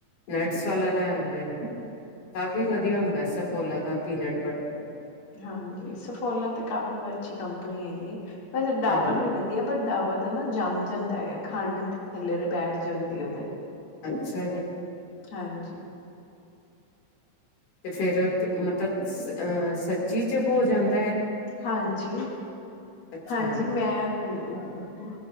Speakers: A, on the left; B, on the left.
A: ਨਟਸ ਵਾਲਾ ਲੈ ਆਉਂਦੇ ਨੇ। ਕਾਫੀ ਵਧੀਆ ਹੁੰਦੈ, ਸਫੋਲਾ ਦਾ ਪੀਨਟ ਬਟਰ।
B: ਹਾਂਜੀ ਸਫੋਲਾ ਤੇ ਕਾਫੀ ਵ ਅੱਛੀ ਕੰਪਨੀ ਹੈਗੀ। ਵੈਸੇ ਡਾਬਰ
A: ਹਾਂਜੀ
B: ਵੀ ਵਧੀਆ, ਬਟ ਡਾਬਰ ਦਾ ਨਾ ਜੰਮ ਜਾਂਦਾ ਹੈਗਾ। ਖੰਡ ਥੱਲੇ ਤੇ ਬੈਠ ਜਾਂਦੀ ਓਦੇ।
A: ਅੱਛਾ ਜੀ।
B: ਹਾਂਜੀ।
A: ਤੇ ਫੇਰ ਤ ਮਤਲਬ ਸ ਅਹ ਸੱਚੀ ਚ ਹੋ ਜਾਂਦ
B: ਹਾਂਜੀ,
A: ਅੱਛਾ
B: ਹਾਂਜੀ ਮੈਂ ਅ-ਹਅ